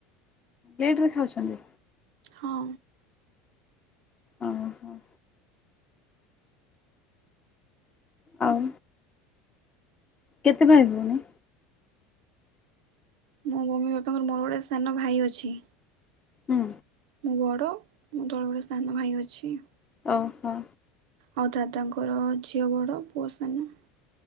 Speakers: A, on the left; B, on the right.
A: ଲେଟ୍ ରେ ଖାଉଛନ୍ତି?
B: ହଁ।
A: ଓ ହୋ। ଆଉ କେତେ ଭାଇ ଭଉଣୀ?
B: ମୋ ମମି ବାପାଙ୍କର ମୋର ଗୋଟେ ସାନ ଭାଇ ଅଛି।
A: ହୁଁ।
B: ମୁଁ ବଡ଼ ମୋ ତଳେ ଗୋଟେ ସାନ ଭାଇ ଅଛି।
A: ଓ ହୋ।
B: ଆଉ ଦାଦାଙ୍କର ଝିଅ ବଡ ପୁଅ ସାନ।